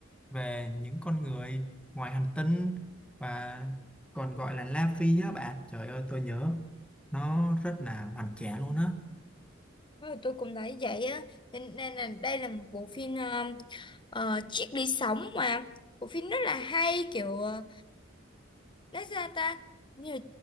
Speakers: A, in the centre; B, on the left.
A: về những con người ngoài hành tinh và còn gọi là La Phi á bạn trời ơi tôi nhớ nó rất là hoành tráng luôn á
B: Rồi tôi cũng thấy vậy á Cho nên là đây là một bộ phim ờ, ờ, chiếc đi sống mà bộ phim rất là hay kiểu à, Lấy ra ta như